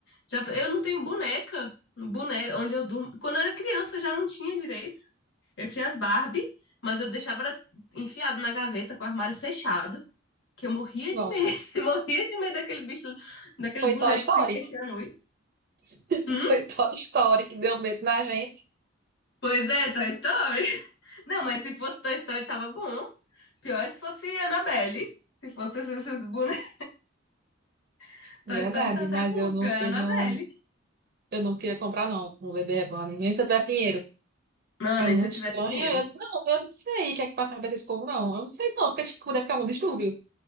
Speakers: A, on the left (about 65°); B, on the right (about 50°).
A: Já, eu não tenho boneca, boneca onde eu durmo. Quando eu era criança, eu já não tinha direito. Eu tinha as Barbie, mas eu deixava elas enfiado na gaveta com o armário fechado, que eu morria
B: Nossa,
A: de medo, <laughs> eu morria de medo daquele bicho, daquele
B: foi
A: boneco
B: Toy Story.
A: se mexer à noite.
B: <laughs> Isso
A: Hum?
B: foi Toy Story que deu medo na gente.
A: Pois é, Toy Story. <laughs> Não, mas se fosse Toy Story, tava bom. Pior é se fosse Annabelle. Se fosse esses bonecos. <laughs>
B: Verdade,
A: Toy Story tá até
B: mas
A: bom,
B: eu não,
A: pior é
B: eu
A: Annabelle.
B: não, eu não queria comprar, não. Um bebê reborn. Mesmo se eu tivesse dinheiro.
A: Mano,
B: É muito
A: e se eu tivesse
B: estranho.
A: dinheiro?
B: Eu, não, eu não sei o que é que passa na cabeça desse povo, não. Eu não sei, não, porque tipo, deve ter algum distúrbio,